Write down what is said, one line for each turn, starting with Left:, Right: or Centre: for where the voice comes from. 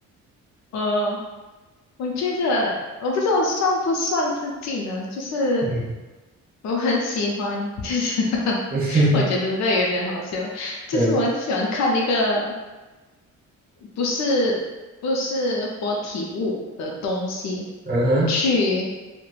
Left: 我我觉得我不知道算不算是技能，就是
Right: 嗯，
Left: 我很喜欢，就是 <laughs>
Right: <laughs>
Left: 我觉得这个有点好笑，就是我很喜欢看那个
Right: 对，
Left: 不是不是活体物的东西，
Right: 嗯哼，
Left: 去